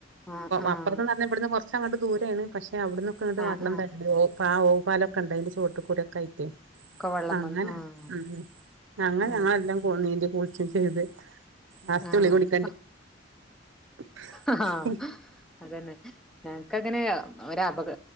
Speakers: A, in the centre; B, on the right.
A: ആഹ് ആഹ്
B: അപ്പറത്ത്ന്ന് അല്ല ഇവിടുന്ന് കൊറച്ചങ്ങട് ദൂരെയാണ് പഷേ അവിടന്നൊക്കെ ഇങ്ങട്
A: ആഹ്
B: വെള്ളം
A: ആഹ്
B: <unintelligible> പാ ഓവ് പാലൊക്കെണ്ട അയിൻ്റെ ചോട്ട്കൂടി ഒക്കെ ആയിട്ടേ
A: ഒക്കെ വെള്ളം
B: അങ്ങനെ
A: വന്ന് ആഹ്
B: ഉം അങ്ങനെ
A: ആഹ്
B: ഞങ്ങളെല്ലാം നീന്തി കുളിച്ചും ചെയ്തേ ലാസ്റ്റ്
A: ആഹ്
B: കുളി <unintelligible>
A: ആഹ് അതന്നെ ഞങ്ങക്കങ്ങനെ ഒരപക